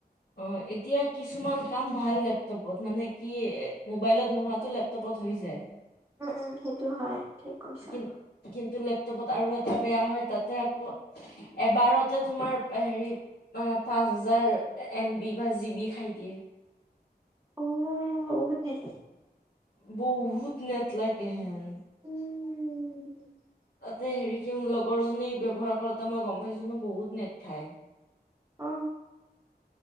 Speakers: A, on the left; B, on the right.
A: অ এতিয়া কিছুমান কাম ভাল লেপটপত মানে কি এ মোবাইলত নোহোৱাাতো লেপটপত হৈ যায়
B: উম উম সেইটো হয় ঠিক কৈছা
A: কিন
B: আৰু
A: কিন্তু লেপটপত আৰু এটা বেয়া হয় তাতে আকৌ এবাৰতে তোমাৰ হেৰি অ পাঁচ হাজাৰ এম বি বা জি বি খাই দিয়ে
B: অ উ থঠ
A: বহুত নেত লাগে হন
B: উম উ
A: তাতে হেৰি কি লগৰজনী ব ব্যয়ৱহাৰ কৰতে মই গম পাইছো ন বহুত নেট খাই
B: অ',